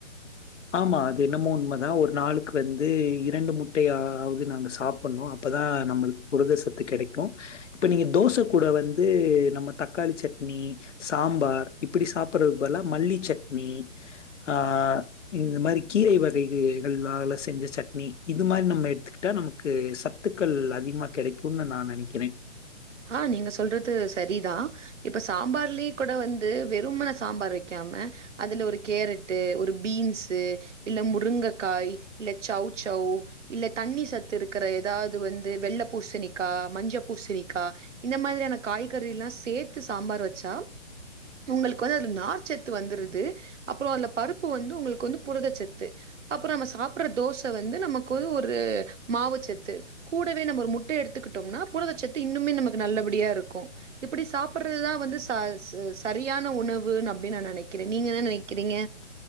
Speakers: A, on the left; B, on the right.
A: ஆமா அது என்னமோ உண்மைதான் ஒரு நாளு க்கு வந்து இரண்டு முட்டையாவது நாங்க சாப்பிட்னும் அப்பதான் நம்ளுக்கு புரதசத்து கிடைக்கும் இப்ப நீங்க தோசை கூட வந்து நம்ம தக்காளி சட்னி சாம்பார் இப்படி சாப் புறது பதுலா மல்லிச்சட்னி ஆஹ் இந்த மாரி கீரை வகைகளால செஞ்ச சட்னி இது மாரி நம்ம எடுத்துக்கிட்டா நமக்கு சத்துக்கள் அதிகமா கெடைக்கும்னு நான் நெனைக்கிறேன்
B: ஆஹ் நீங்க சொல்றது சரிதான் இப்ப சாம்பார்லயே கூட வந்து வெறுமன சாம்பார் வெக்காம அதுல ஒரு கேரட்டு் ஒரு பீன்ஸு இல்ல முருங்கக்காய் இல்ல சௌ சௌ இல்ல தண்ணி சத்து இருக்கற ஏதாவது வந்து வெள்ளை பூசணிக்க மஞ்ச பூசணி கா இந்த மாதிரியான காய்கறிலாம் சேர்த்து சாம்பார் வச்சா உங்களுக்கு வந்து அந்த நார் செத்து வந்துறுது அப்பறம் அதுல பருப்பு வந்து உங்களுக்கு வந்து புரதச்சத்து அப்புறம் நம்ம சாப்பிடுற தோசை வந்து நமக்கு வந்து ஒரு மாவுச்சத்து கூடவே நம்ம ஒரு முட்டை எடுத்துக்கிட்டோம்னா புரதச்சத்து து இன்னுமே நமக்கு நல்லபடியா இருக்கும் இப்படி சாப்பிடுறதுதான் வந்து ச ச சரியான உணவுன்னு அப்படின்னு நான் நினைக்கிறேன் நீங்க என்ன நினைக்கிறீங்க